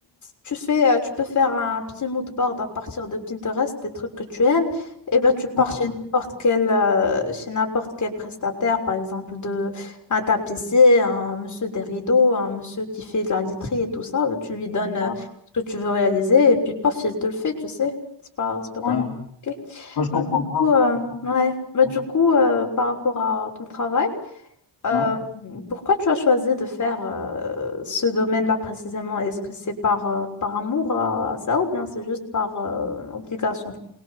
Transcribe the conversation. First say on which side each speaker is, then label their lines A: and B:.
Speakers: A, on the left; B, on the left.
A: tu fais, euh, tu peux faire un petit mood board à partir de Pinterest, des trucs que tu aimes, et ben tu pars
B: Ouais,
A: chez n'importe quel, euh, chez n'importe quel prestataire, par exemple de un tapissier, un monsieur des rideaux, un monsieur qui fait de la literie et tout ça, ben, tu lui donnes euh,
B: ouais,
A: ce que tu veux réaliser, et puis paf, il te le fait, tu sais. C'est pas, c'est pas
B: ouais.
A: vraiment. compliqué.
B: Ouais, je
A: Ben,
B: comprends
A: du
B: grave.
A: coup, euh,
B: Je comprends
A: ouais. Ben,
B: grave.
A: du coup euh, par rapport à ton travail, euh,
B: Ouais.
A: pourquoi tu as choisi de faire euh, ce domaine-là précisément? Est-ce que c'est par, euh, par amour à, ça ou bien c'est juste par euh, obligation?